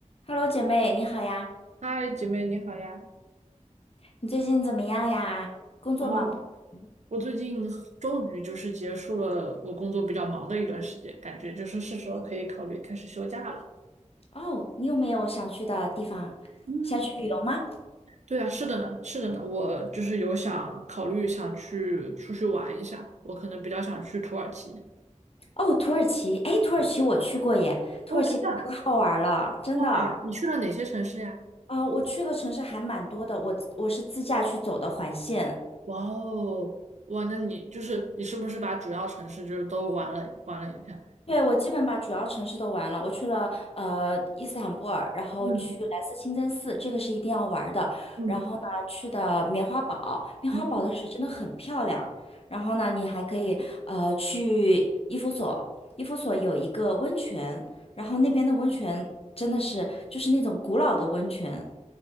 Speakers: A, on the left (about 50°); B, on the right (about 65°).
A: Hello，姐妹，你好呀！
B: 嗨，姐妹你好呀！
A: 你最近怎么样呀？工作忙不忙？
B: 啊，我最近终于就是结束了我工作比较忙的一段时间，感觉就是是时候可以考虑开始休假了。
A: 哦，你有没有想去的地方？
B: 嗯，
A: 想去旅游吗？
B: 对啊，是的呢，是的呢，我就是有想考虑想去出去玩一下，我可能比较想去土耳其。
A: 哦，土耳其，哎，土耳其我去过耶，土耳其可好玩了，
B: 哦，真的啊
A: 真的。
B: 哇，你去了哪些城市呀？
A: 啊、我去的城市还蛮多的，我我是自驾去走的环线。
B: 哇哦，哇，那你就是你是不是把主要城市就是都玩了玩了一下？
A: 对，我基本把主要城市都玩了，我去了呃伊斯坦布尔，然后去蓝色清真寺，
B: 嗯
A: 这个是一定要玩的。
B: 嗯
A: 然后呢，去的棉花堡，棉花堡的水真的很漂亮。
B: 嗯。
A: 然后呢，你还可以呃去伊夫所，伊夫所有一个温泉，然后那边的温泉真的是就是那种古老的温泉，